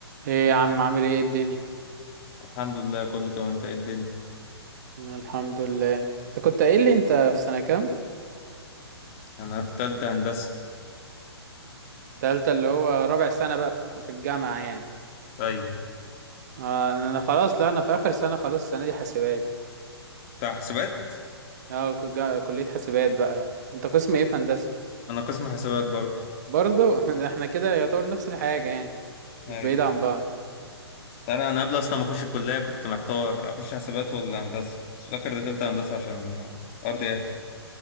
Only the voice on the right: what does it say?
ايه يا عم عامل ايه إيه الدنيا
الحمد لله انت كنت قايل لي انت في سنة كام
تالتة اللي هو رابع سنة بقى في في الجامعة يعني
اه انا خلاص لا انا في اخر سنة خلاص السنة دي حاسبات
اه ك- جا- كلية حاسبات بقى انت قسم ايه في هندسة
برضو <laughs> ده احنا كده يعتبر نفس الحاجة يعني مش
بعيد عن بعض